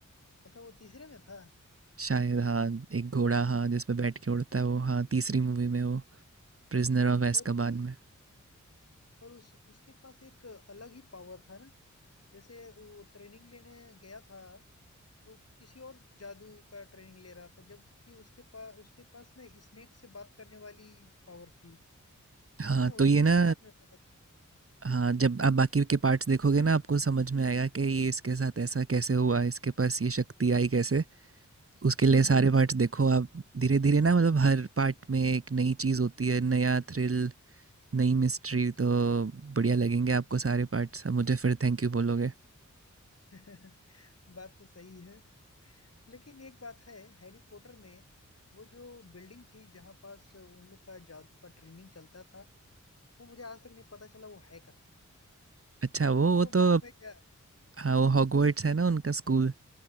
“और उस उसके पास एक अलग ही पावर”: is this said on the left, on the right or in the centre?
Left